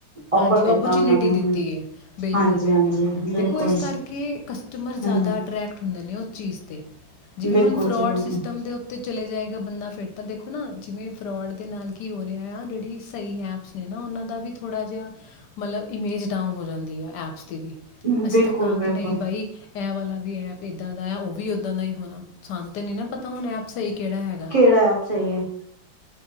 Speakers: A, on the right; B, on the left.
A: ਔਫਰ
B: ਹਾਂਜੀ ਓਰਚਨਿਟੀ
A: ਦਿੱਤਾ ਉਹਨਾਂ ਨੂੰ
B: ਦਿੱਤੀ ਹੈ ਬਿਲਕੁਲ
A: ਹਾਂਜੀ
B: ਬਿਲਕੁਲ
A: ਹਾਂਜੀ ਬਿਲਕੁਲ
B: ਦੇਖੋ ਇਸ ਕਰਕੇ ਕਸਟਮਰ
A: ਹੂੰ
B: ਜ਼ਿਆਦਾ ਅੈਕਟ ਹੁੰਦੇ ਨੇ ਉਸ ਚੀਜ਼ ਤੇ ਜਿਵੇਂ
A: ਬਿਲਕੁਲ
B: ਹੁਣ ਫਰੋਡ
A: ਜੀ ਬਿਲਕੁਲ
B: ਸਟਮ ਦੇ ਉਤੇ ਚ ਜਾਏ ਬੰਦਾ ਫਿਰਟ ਤਾਂ ਦੇਖੋ ਨਾ ਜਿਵੇਂ ਫਰੋਡ ਦੇ ਨਾਲ ਕੀ ਹੋ ਰਿਹਾ ਆ ਜਿਹੜੀ ਸਹੀ ਐਪਸ ਨੇ ਨਾ ਉਹਨਾਂ ਦਾ ਵੀ ਥੋੜਾ ਜਿਹਾ ਮਤਲਬ ਇਮੇਜ ਡਾਊਨ ਹੋ ਜਾਂਦੀ ਆ ਐਪਸ ਵੀ
A: ਬਿਲਕੁਲ
B: ਅਸੀਂ ਤਾਂ ਕਹਾਂਗੇ
A: ਬਿਲਕੁਲ
B: ਨਹੀਂ ਬਾਈ ਐ ਵਾਲਾ ਵੀ ਐਪ ਇੱਦਾਂ ਦਾ ਹੈ ਉਹ ਵੀ ੱਦਾਂ ਦਾ ਹੀ ਹੋਣਾ ਸਾਨ ਤੇ ਨੀ ਨਾ ਪਤਾ ਹੁਣ ਐਪ ਸਹੀ ਕਿਹੜਾ ਹੈਗਾ
A: ਕਿਹੜਾ ਐਪ ਚਾਹੀਏ